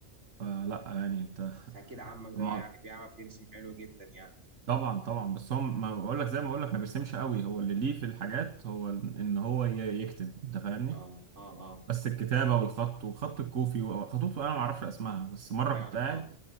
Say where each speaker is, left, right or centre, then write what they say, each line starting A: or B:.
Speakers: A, on the right (about 80°); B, on the right (about 65°).
A: فلا يعني انت
B: أكيد
A: <laughs>
B: عمك
A: ما
B: ده بقى يعني بيعرف يرسم حلو جدا يعني
A: طبعا طبعا بس هم ما بقول لك زي ما بقول لك ما بيرسمش قوي هو اللي ليه في الحاجات هو ان هو ي- يكتب انت فاهمني
B: اه اه اه
A: بس الكتابه والخط وخط الكوفي وخطوط انا ما اعرفش اسمها بس مره
B: فعلا
A: كنت قاعد
B: اه